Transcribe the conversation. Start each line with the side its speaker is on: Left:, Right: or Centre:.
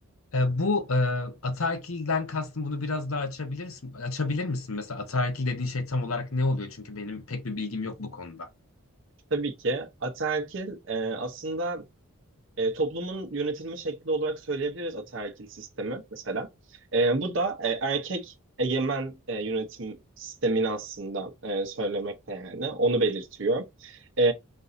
Left: e, bu e, ataerkilden kastım bunu biraz daha açabilirsin, açabilir misin? Mesela ataerkil dediği şey tam olarak ne oluyor? Çünkü benim pek bir bilgim yok bu konuda.
Right: Tabii ki ataerkil e, aslında E, toplumun yönetilme şekli olarak söyleyebiliriz ataerkil sistemi mesela. E, bu da e, erkek egemen e, yönetim sistemini aslında e, söylemekte yani onu belirtiyor. E,